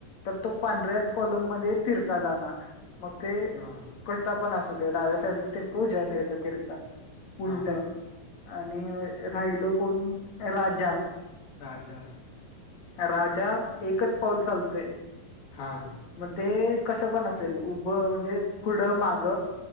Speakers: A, on the left; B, on the left.
A: तो पांढऱ्याच कॉलम मध्ये तिरका जाणार मग ते
B: हां,
A: क पण अस डाव्या साईड उजव्या साईडचा तिरका
B: हां,
A: उलट आणि
B: हां,
A: राहिलं कोण राजा
B: राजा
A: राजा एकच पाऊल चालतंय-
B: हां,
A: मग ते कसं पण असेल उभं म्हणजे पुढं माग